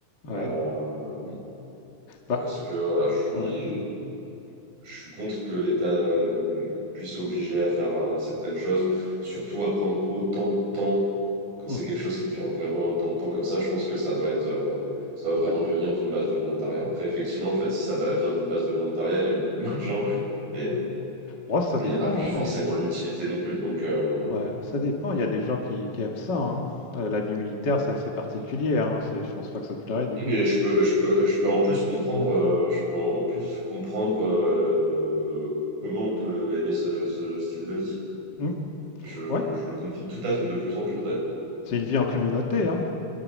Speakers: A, on the left; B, on the right.
A: Ouais.
B: Euh,
A: Bah,
B: parce que voilà, je suis,
A: ouais.
B: je suis contre que l'État euh, puisse obliger à faire euh, certaines choses, surtout à prendre autant de temps. Quand
A: Mhm.
B: c'est quelque chose qui dure vraiment autant de temps comme ça, je pense que ça doit être, euh, ça doit vraiment
A: Ouais.
B: venir d'une base de volontariat. Après, effectivement, en fait, si ça va- vient d'une base de volontariat, il y a beaucoup <laughs> moins de gens, mais, euh,
A: Ouais, ça
B: mais
A: dépend,
B: il n'y en a plus forcément
A: hein, et
B: l'utilité non plus. Donc, euh,
A: ouais, ça dépend. Il y a des gens qui, qui aiment ça. hein. Euh, la vie militaire, c'est assez particulier. Hein. C'est- Je pense pas que ça te plairait du
B: Et
A: coup parce
B: je
A: que
B: peux,
A: tu.
B: je peux, je peux
A: Ouais,
B: en plus comprendre, euh, je peux en en plus comprendre euh, comment on peut aimer ce, ce style de vie.
A: Hmm,
B: Je,
A: ouais.
B: je le comprends tout à fait de plus en plus d'ailleurs.
A: c'est une vie en communauté. Hein.